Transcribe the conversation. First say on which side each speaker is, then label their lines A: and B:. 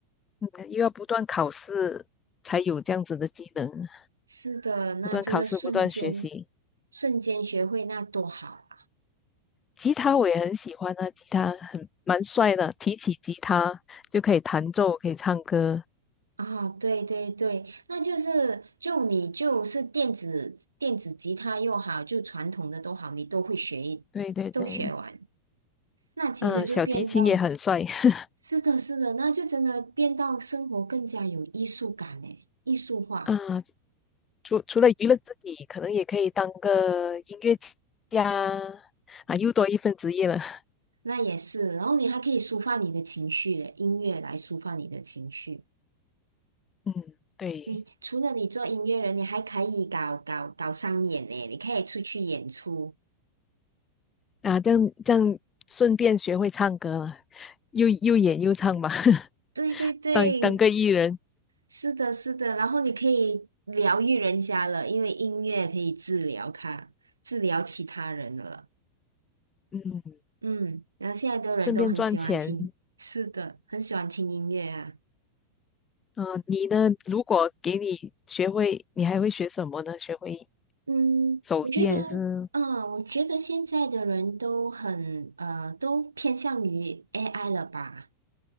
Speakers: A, on the left; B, on the right.
A: 嗯又要不断考试才有这样子的技能，
B: 是的，那真的瞬间
A: 不断考试，不断学习。
B: 瞬间学会那多好
A: 吉他我也很喜欢啊，吉他很蛮帅的，提起吉他就可以弹奏，可以唱歌。
B: 啊！啊，对对对，那就是就你就是电子电子吉他又好，就传统的都好，你都会学一，
A: 对对对，
B: 都学完，那其实就变到，
A: 嗯、小提琴也很帅。<laughs>
B: 是的，是的，那就真的变到生活更加有艺术感嘞，艺术化，
A: 啊，除除了娱乐自己，可能也可以当个音乐家啊，又多一份职业了。<laughs>
B: 那也是，然后你还可以抒发你的情绪的，音乐来抒发你的情绪。
A: 嗯，对
B: 你除了你做音乐人，你还可以搞搞搞商演呢，你可以出去演出。
A: 啊，这样这样顺便学会唱歌了，又又演又唱吧，<laughs>
B: 对对对，
A: 当当个艺人，
B: 是的，是的。然后你可以疗愈人家了，因为音乐可以治疗他，治疗其他人了。
A: 嗯，
B: 嗯，然后现在的人都很喜欢听，
A: 顺便赚钱。
B: 是的，很喜欢听音乐啊。
A: 嗯、你呢？如果给你学会，你还会学什么呢？学会
B: 嗯，
A: 手艺还是
B: 我觉得，嗯，我觉得现在的人都很呃，都偏向于 AI 了吧。